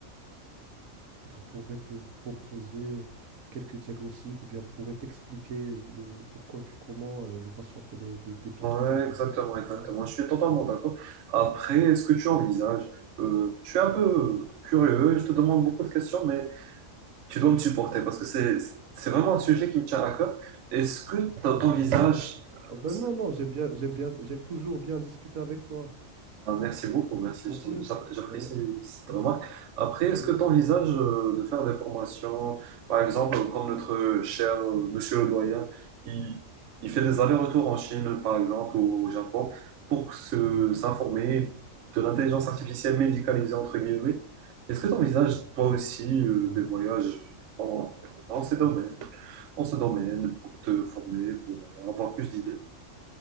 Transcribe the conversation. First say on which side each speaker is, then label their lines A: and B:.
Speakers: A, on the right; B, on the right.
A: pourrait te proposer quelques diagnostics, ou bien pourrait t'expliquer le pourquoi du comment euh, le patient fait des, des des pics
B: Ouais,
A: hypertensifs,
B: exactement,
A: etc.
B: exactement. Je suis totalement d'accord. Après, est-ce que tu envisages, euh, je suis un peu curieux, je te demande beaucoup de questions, mais tu dois me supporter parce que c'est, c'est vraiment un sujet qui me tient à cœur. Est-ce que t'en t'envisages
A: <laughs> Ah ben
B: euh,
A: non, non, j'aime bien, j'aime bien, j'aime toujours bien discuter avec toi.
B: Ah, merci beaucoup, merci.
A: Tu m'entends?
B: Je-
A: Younes
B: j'a- J'apprécie
A: Ouais.
B: cette remarque. Après,
A: Ouais.
B: est-ce que tu envisages de faire des formations, par exemple, comme notre cher euh, monsieur le doyen, il, il fait des allers-retours en Chine, par exemple, ou au Japon, pour se s'informer de l'intelligence artificielle médicalisée, entre guillemets. Est-ce que tu envisages toi aussi euh,
A: Ouais.
B: des voyages dans, dans ces domaines, dans ce domaine, pour te former, pour avoir plus d'idées?